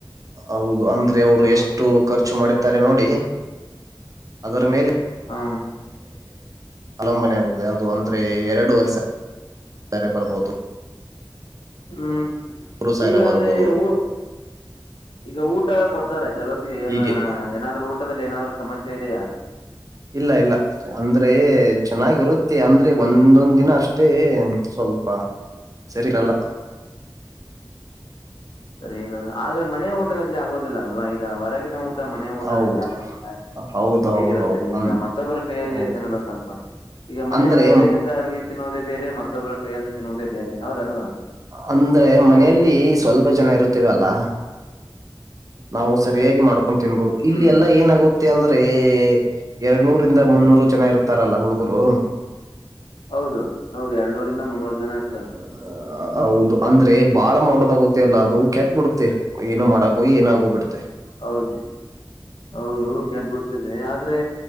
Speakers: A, on the right; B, on the left.
A: ಹೌದು ಅಂದ್ರೆ ಅವ್ರು
B: ನೋಡ್ಕೊಂಡು
A: ಎಷ್ಟು ಖರ್ಚು ಮಾಡತ್ತಾರೆ ನೋಡಿ. ಅದರ ಮೇಲೆ
B: ಹ
A: ಅವಲಂಬನೆ ಆಗುತ್ತೆ ಅದು ಅಂದ್ರೆ ಎರಡುವರೆ ಸಾವರಾ ಬರಬಹುದು.
B: ಹ್ಮ್
A: ಮೂರು ಸಾವಿರ
B: ಈಗ
A: ಬರ್ಬೋದು
B: ಅಲ್ಲಿ ಊ ಈಗ ಊಟ ಕೊಡ್ತಾರೆ ಚಲೋತ್ತಿಗೆ ಏನ್
A: ಹೀಗೆ
B: ಏನಾದ್ರು ಊಟದಲ್ಲಿ ಏನಾದ್ರು ಸಮಸ್ಯೆ ಇದೆಯಾ.
A: ಇಲ್ಲ ಇಲ್ಲ ಅಂದ್ರೆ ಚೆನ್ನಾಗಿರುತ್ ಅಂದ್ರೆ ಒಂದೊಂದ್ ದಿನ ಅಷ್ಟೇ ಸ್ವಲ್ಪ ಸರಿರಲ್ಲ.
B: ಸರಿ ಇರಲ್ಲ ಆದ್ರೆ ಮನೆಯ ಊಟಗತ್ಲೆ ಆಗೋದಿಲ್ಲ ಅಲ್ವಾ ಈಗ ಹೊರಗಿನ ಊಟ್ ಮನೆ ಊಟಗತ್ಲೆ
A: ಹೌದು
B: ಆಗೋದಿಲ್ಲ ಅಲ್ಲಿ
A: ಹೌದು
B: ಹೇಗಿರುತ್ತದೆ
A: ಹೌದು ಹೌದು
B: ಈಗ
A: ಅನ್
B: ಮತ್ತೊಬ್ಬರ ಕೈಯಲ್ಲಿ
A: ಹೌದು
B: ತಿನ್ಬೇಕಲ್ವಾ. ಈಗ ಮನೆಯವರ
A: ಅಂದ್ರೆ
B: ಕೈಯಿಂದ ಅಡುಗೆ ತಿನ್ನುವುದೇ ಬೇರೆ ಮತ್ತೊಬ್ಬರ ಕೈಯಿಂದ ತಿನ್ನುವುದೇ ಬೇರೆ ಹೌದಲ್ವಾ.
A: ಅಂದ್ರೆ ಮನೆಯಲ್ಲಿ ಸ್ವಲ್ಪ ಜನ ಇರುತ್ತೇವೆ ಅಲ್ಲಾ. ನಾವು ಸರಿಯಾಗಿ ಮಾಡ್ಕೊಂಡ ತಿನ್ಬಹುದು ಇಲ್ಲಿ
B: ಹ್ಮ್
A: ಎಲ್ಲಾ ಏನಾಗುತ್ತ ತ್ತೆ ಅಂದ್ರೆ ಎರಡ್ ನೂರಿಂದ ಮುನ್ನೂರು ಜನಾ ಇರತಾರಲ್ಲ ಹುಡುಗರು.
B: ಹೌದು ಹೌದು ಎರಡ್ನೂರಿಂದ ಮುನ್ನೂರು ಜನ ಇ
A: ಹ ಹೌದು. ಅಂದ್ರೆ ಬಾಳ ಮಾಡದಾಗುತ್ತೆ ಅಲ್ಲ ಅದು ಕೆಟ್ಟ ಬಿಡುತ್ತೆ ಏನೋ ಮಾಡಾಕ ಹೋಗಿ ಏನೋ ಆಗೋಗಬುಡುತ್ತೆ.
B: ಹೌದು ಹೌದು ಕೆಟ್ಟಬಿಡ್ತದೆ ಆದ್ರೆ